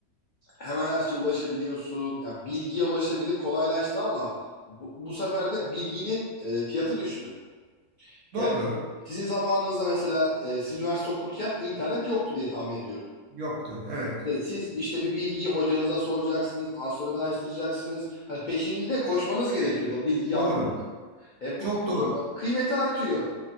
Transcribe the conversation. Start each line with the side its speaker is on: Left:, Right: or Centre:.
Left: hemen her şeye ulaşabiliyorsun. Ya bilgiye ulaşabilir kolaylaştı ama bu, bu sefer de bilginin e, fiyatı düştü.
Right: Doğru.
Left: Yani sizin zamanınızda mesela e, siz üniversite okurken internet yoktu diye tahmin ediyorum.
Right: Yoktu. Evet.
Left: E, Siz işte bir bilgiyi hocanıza soracaksınız, ansiklopediden araştıracaksınız. Hani peşinde koşmanız gerekiyordu o bilgiyi
Right: Doğru.
Left: almak. E, bu
Right: Çok
Left: o
Right: doğru.
Left: zaman kıymeti artıyor.